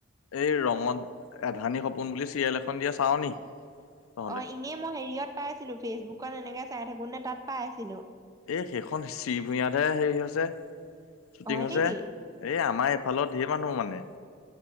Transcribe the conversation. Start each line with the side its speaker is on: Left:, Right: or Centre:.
Left: এই ৰঙত এধানী সপোন বুলি চিৰিয়েল এখন দিয়ে চাও নি তহঁতে
Right: অ ইনেই মই হেৰিয়ত পাইছিলো ফেচবুকত এনেকে চাই থাকোতে তাত পাই আছিলো
Left: এই সেইখন শ্ৰী ভূঞাতে হেৰি হৈছে শ্বুটিং
Right: হয়
Left: হৈছে
Right: নেকি
Left: এই আমাৰ এইফালত ঢেৰ মানুহ মানে